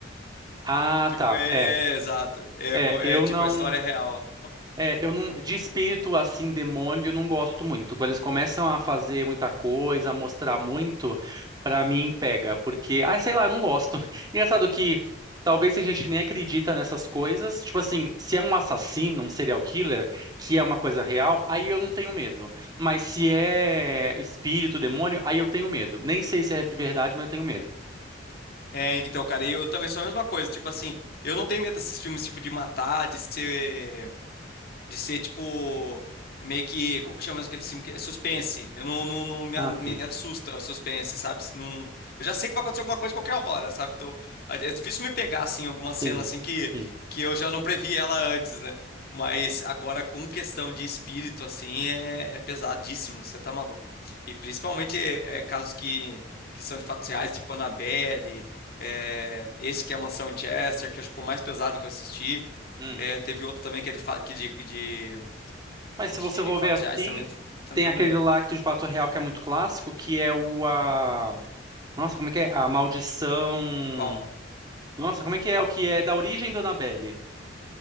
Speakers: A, on the right; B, on the left.
A: Ah,
B: Tipo,
A: tá.
B: é,
A: É,
B: é, exato. É,
A: é,
B: co-
A: eu
B: é tipo,
A: não.
B: a história é real.
A: É, eu não, de espírito assim, demônio, eu não gosto muito. Quando eles começam a fazer muita coisa, a mostrar muito, pra mim pega, porque, ai, sei lá, eu não gosto. <laughs> Engraçado que talvez tem gente que nem acredita nessas coisas. Tipo assim, se é um assassino, um serial killer, que é uma coisa real, aí eu não tenho medo. Mas se é espírito, demônio, aí eu tenho medo. Nem sei se é verdade, mas eu tenho medo.
B: É, então, cara, eu também sou a mesma coisa. Tipo assim, eu não tenho medo desses filmes, tipo, de matar, de ser. De ser tipo. Meio que. Como que chama aquele filme? que é Suspense. Eu não, não, não me,
A: Ah,
B: a- me
A: sim,
B: assusta o suspense, sabe? Se Não, eu já sei que vai acontecer alguma coisa a qualquer hora, sabe? Então, é é difícil me pegar, assim, alguma cena
A: sim,
B: assim que,
A: sim,
B: que eu já não previ ela antes, né? Mas agora, com questão de espírito, assim, é, é pesadíssimo, você tá maluco. E principalmente é, é casos que, que são de fatos reais, tipo Annabelle, é, esse que é a Mansão em Chester, que acho que foi o mais pesado que eu assisti.
A: sim.
B: É, teve outro também que ele fala que de, de,
A: Mas se
B: de
A: você for
B: fatos
A: ver assim,
B: reais também, tô tentando
A: tem aquele
B: lembrar.
A: lá Lacto de Fato Real que é muito clássico, que é o a... Nossa, como é que é? A Maldição...
B: Qual?
A: Nossa, como é que é? O que é da origem do Annabelle?